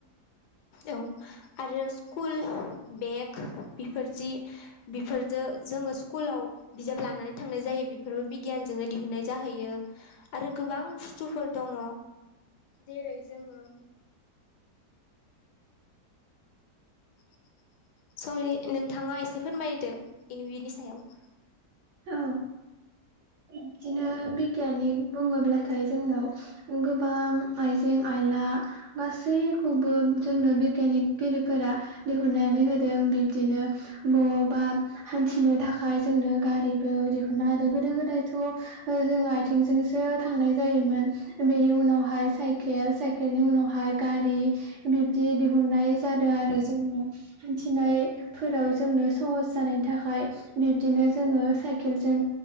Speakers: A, on the left; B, on the right.
A: औ। आरो स्कुल बेग बेफोर जि बेफोरजों जोङो स्कुलाव बिजाब लानानै थांनाय जायो बेफोरबो बिगियानजोंनो दिहुननाय जाहैयो। आरो गोबां बुस्थुफोर दङ' जेरै जोङो <inaudible> सरि नोंथाङा एसे फोरमायदो बेनि सायाव
B: औ बिदिनो बिगियाननि बुङोब्लाथाय
A: हेलौ नोंथां
B: जोंनाव गो
A: <inaudible>
B: आइजें आइला गासैखौबो जोंनो बिगियानिकगिरिफोरा दिहुना नानै होदों। बिब्दिनो बबा हानथिनो थाखाय जोंनो गारिबो दिहुनना हो आरो गोदो गो दाइथ' ओ जों आथिंजोंसो थांनाय जायोमोन। बेनि उनावहाय साइकेल साइ केलनि उनावहाय गारि बिबदि दिहुननाय जादों आरो जोंनो हान्थिनाय फोराव जोंनो सहस जानायनि थाखाय बिब्दिनो जोङो साइकेलजों